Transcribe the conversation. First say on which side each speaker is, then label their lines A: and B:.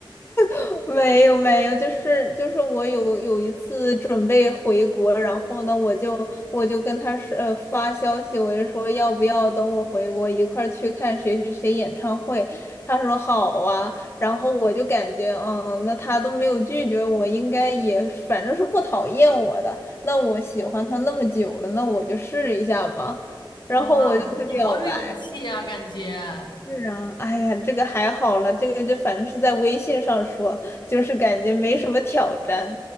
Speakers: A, on the left (about 30°); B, on the left (about 60°).
A: <laughs> 没有没有，就是就是我有有一次准备回国，然后呢，我就我就跟他说呃发消息，我就说要不要等我回国一块儿去看谁谁谁演唱会，他说好啊，然后我就感觉嗯，那他都没有拒绝我，应该也反正是不讨厌我的，那我喜欢他那么久了，那我就试一下吧，<laughs>
B: 哇，
A: 然后我就跟他表白
B: 你好有勇气啊，感觉。
A: 是啊，哎呀，这个还好了，这个就反正是在微信上说，就是感觉没什么挑战。